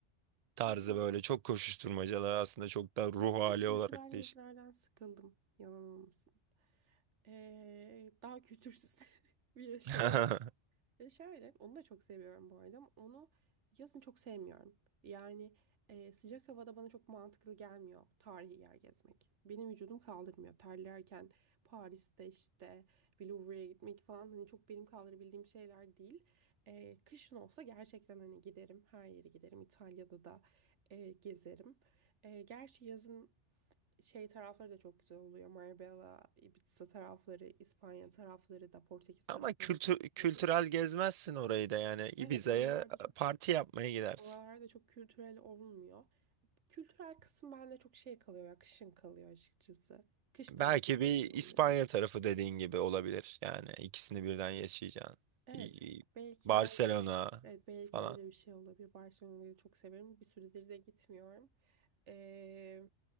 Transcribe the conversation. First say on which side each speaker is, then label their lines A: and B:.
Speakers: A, on the right (about 55°); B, on the right (about 80°).
A: tarzı
B: ben,
A: böyle çok koşuşturmacalı aslında çok da ruh
B: ben minik
A: hali
B: kültürel
A: olarak değişik.
B: gezilerden sıkıldım, yalan olmasın. Ee, daha kültürsüz <laughs> bir yaşam
A: <laughs>
B: E şöyle, onu da çok seviyorum bu arada. ama Onu yazın çok sevmiyorum. Yani e, sıcak havada bana çok mantıklı gelmiyor tarihi yer gezmek. Benim vücudum kaldırmıyor. Terlerken Paris'te işte bir Louvre'ye gitmek falan hani çok benim kaldırabildiğim şeyler değil. E, kışın olsa gerçekten hani giderim. Her yere giderim. İtalya'da da e, gezerim. E, gerçi yazın şey tarafları da çok güzel oluyor. Marbella, Ibiza tarafları, İspanya tarafları da, Portekiz
A: Ama
B: tarafları
A: kültür,
B: da çok güzel
A: kültürel
B: oluyor.
A: gezmezsin orayı da yani Ibiza'ya
B: Evet, oralarda çok
A: parti yapmaya gidersin.
B: oralarda çok kültürel olmuyor. Kültürel kısım bende çok şey kalıyor ya, kışın kalıyor açıkçası. Kış
A: Belki
B: tatillerinde
A: bir İspanya
B: oluyor.
A: tarafı dediğin gibi olabilir. Yani ikisini birden yaşayacaksın.
B: Evet,
A: İ-
B: belki
A: Barcelona
B: öyle, evet, belki
A: falan.
B: öyle bir şey olabilir. Barcelona'yı çok severim. Bir süredir de gitmiyorum. Ee,